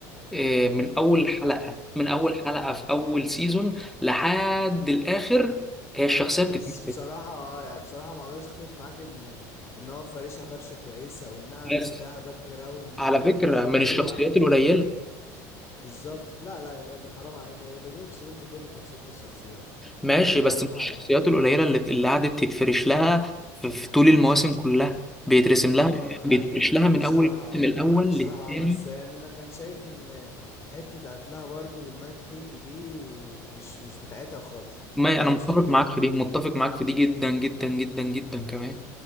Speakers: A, in the centre; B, on the left.
A: آه من أول حلقة من أول حلقة في أول سيزون لحد الآخر هي الشخصية
B: بص
A: بتتكلم
B: بصراحة اه يعني بصراحة ما اقدرش اختلف معاك ان ان هو فارشها فرشة كويسة وانها اداها
A: بس
B: باك جراوند
A: على
B: آه،
A: فكرة من
B: حلوة
A: الشخصيات القليلة
B: بالظبط لا لا يا راجل حرام عليك يا راجل ده جيم اوف ثرونز كله فرشات للشخصيات
A: ماشي بس
B: حرام
A: من
B: عليك
A: الشخصيات القليلة اللي اللي قعدت تتفرش لها في في طول المواسم كلها بيترسم لها
B: اه
A: بيترسم
B: ايوه
A: لها من
B: بصراحة
A: أول الموسم
B: اه
A: الأول
B: بصراحة
A: للتاني
B: اه بس يعني انا كان شايف ان حتة قتلها برضو للنايت كينج دي مش مش بتاعتها خالص
A: ما
B: يعني
A: انا متفق
B: مش حتتها
A: معاك في دي متفق معاك في دي جدا جدا جدا جدا كمان